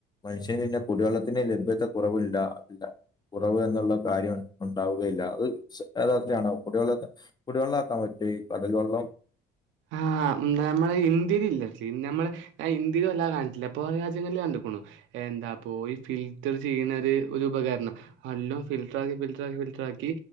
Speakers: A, on the left (about 20°); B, on the right (about 70°).
A: മനുഷ്യന് പിന്നെ കുടിവെള്ളത്തിന്റെ ലഭ്യത കുറവുണ്ടാവില്ല. കുറവ് എന്നുള്ള കാര്യം ഉണ്ടാവുകയില്ല അത് യഥാർത്യാണോ കുടിവെള്ളം. കുടിവെള്ളാക്കാൻ പറ്റൊ ഈ കടൽ വെള്ളം.
B: ആഹ് നമ്മളെ ഇന്ത്യയിലില്ല പിന്നമ്മളെ ഇന്ത്യല് വല്ലാതെ കണ്ട്ട്ടില്ല പൊറം രാജ്യങ്ങളില് കണ്ട്ക്ക്ണു. എന്താപോയി ഫിൽറ്റർ ചെയ്യണൊരു ഒരുപകരണം. അല്ലോ ഫിൽറ്ററാക്കി, ഫിൽറ്ററ്ററാക്കി, ഫിൽറ്ററാക്കി.